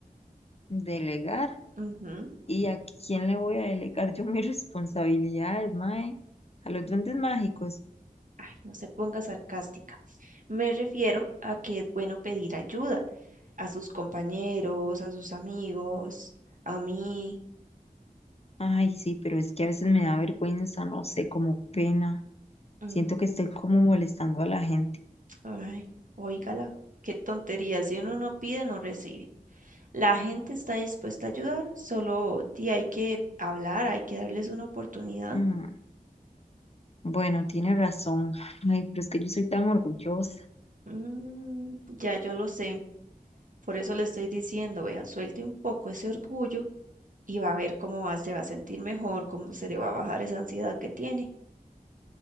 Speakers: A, on the left; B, on the right.
A: Delegar.
B: Ujú.
A: ¿Y a quién le voy a delegar yo <laughs> mis responsabilidades, mae? A los duendes mágicos.
B: Ay, no se ponga sarcástica. Me refiero a que es bueno pedir ayuda a sus compañeros, a sus amigos, a mí.
A: Ay, sí, pero es que a veces me da vergüenza, no sé, como pena.
B: Mm,
A: Siento que estoy como molestando a la gente.
B: Ay, óigala, qué tontería. Si uno no pide, no recibe. La gente está dispuesta a ayudar, solo ti, hay que hablar, hay que darles una oportunidad.
A: Mm, bueno, tiene razón. Ay, pero es que yo soy tan orgullosa.
B: Mm, ya yo lo sé, por eso le estoy diciendo, vea, suelte un poco ese orgullo y va a ver cómo va, se va a sentir mejor, cómo se le va a bajar esa ansiedad que tiene.